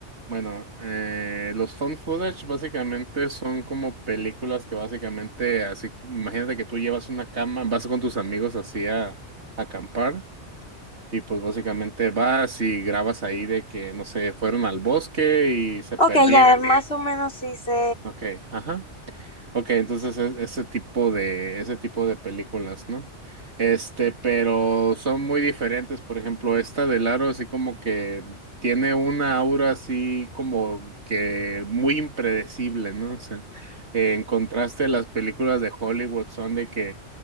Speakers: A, on the right (about 65°); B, on the left (about 55°).
A: Bueno, eh, los found footage básicamente son como películas que básicamente así, imagínate que tú llevas una cama, vas con tus amigos así a, a acampar. Y pues básicamente vas y grabas ahí de que, no sé, fueron al bosque y se
B: Ok,
A: perdieron
B: ya más o menos sí sé.
A: Okay, ajá. okay, entonces es- ese tipo de, ese tipo de películas, ¿no? Este, pero son muy diferentes. Por ejemplo, esta del Aro, así como que tiene una aura así como que muy impredecible, ¿no? O sea, eh, en contraste, las películas de Hollywood son de que